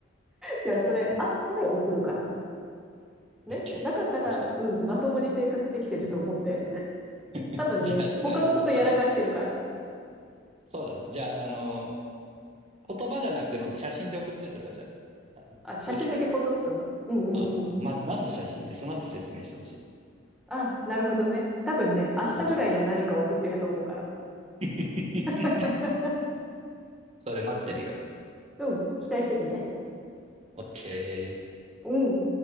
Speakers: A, in the centre; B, on the right.
A: じゃあ、それあったら送るから。
B: うん。
A: ね。
B: OK。
A: なかったら、
B: じゃあ、
A: うん、まともに生活できてると思って。<laughs>
B: <laughs>
A: 多分ね、
B: じゃあ、それあの、
A: 他のことやらかしてるから。
B: そうだね。じゃあ、あの、言葉じゃなくて、まず写真で送って、それはじゃあ、あの起きたら。
A: あ、写真だけポツンとね。うんうんうん。
B: そうそうそう。まず、まず写真で、その後説明してほしい。
A: あ、なるほどね。多分ね、明日ぐらいには何か送ってると思うから。
B: そうそうそう。<laughs>
A: <laughs>
B: それ待ってるよ。
A: うん、期待しててね。
B: OK。
A: うん。